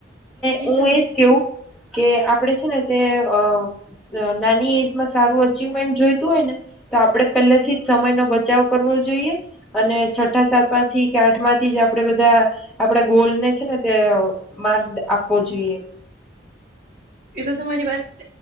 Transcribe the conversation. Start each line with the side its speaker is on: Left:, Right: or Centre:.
Centre: હું
Right: એ તો
Centre: એજ કેવું કે આપડે છે ને તે અ નાની એજમાં સારું અચિવમેન્ટ જોઈતું હોય ને તો આપડે પહેલેથી જ સમય નો બચાવ કરવો જોઈએ અને છઠ્ઠા સાતવા થી કે આઠમાંથી જ આપણેે બધા આપડા ગોલને છે ને તે માર્ગ આપ પોચીએ.
Right: એ તો તમારી વાત